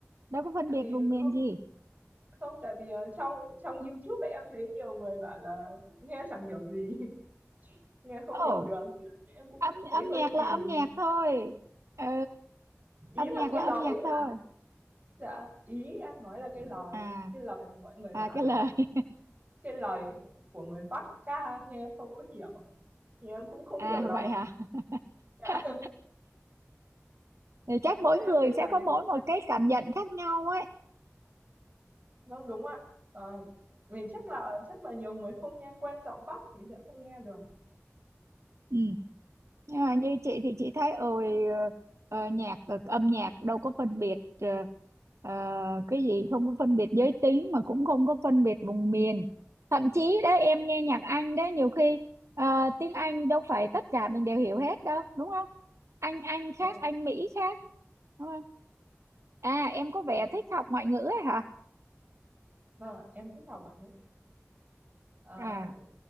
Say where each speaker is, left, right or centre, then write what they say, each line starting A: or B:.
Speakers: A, on the right; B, on the right.
A: đâu có phân
B: Tại
A: biệt
B: vì
A: vùng miền
B: không
A: gì
B: Không, tại vì ờ, trong trong YouTube ấy, em thấy nhiều người bảo là nghe chẳng hiểu gì, <laughs> nghe không
A: ồ
B: hiểu được. Chứ Em cũng
A: âm
B: thấy
A: âm
B: hơi
A: nhạc
B: kỳ.
A: là âm nhạc thôi ừ
B: Ý
A: âm
B: là
A: nhạc
B: cái
A: là
B: lời
A: âm nhạc
B: ấy à?
A: thôi
B: Dạ, ý em nói là cái lời,
A: à
B: cái lời mọi người bảo
A: à cái
B: là
A: lời
B: cái lời của người Bắc ca nghe không có hiểu. Thì em cũng
A: <laughs>
B: không
A: à
B: hiểu lắm.
A: vậy hả
B: Dạ.
A: <laughs>
B: <laughs>
A: thì chắc
B: Nhưng
A: mỗi
B: em
A: người
B: thấy bài
A: sẽ có
B: đấy
A: mỗi
B: cũng hay.
A: một cái cảm nhận khác nhau ấy
B: Vâng, đúng ạ. Ờ, mình chắc là chắc là nhiều người không nghe quen giọng Bắc thì sẽ không nghe được.
A: ừ. Nhưng mà như chị thì chị thấy ôi ờ, ờ, nhạc ờ, âm nhạc đâu có phân biệt ờ, ờ, cái gì không có phân biệt giới tính mà cũng không có phân biệt vùng miền thậm chí đó em nghe nhạc Anh đó nhiều khi ờ, tiếng Anh đâu phải tất cả mình đều hiểu hết đâu đúng không Anh Anh khác
B: Vâng,
A: Anh Mỹ khác đúng không à em có
B: đúng.
A: vẻ thích học ngoại ngữ ấy hả
B: Vâng, ạ, em thích học ngoại ngữ. Ờ,
A: à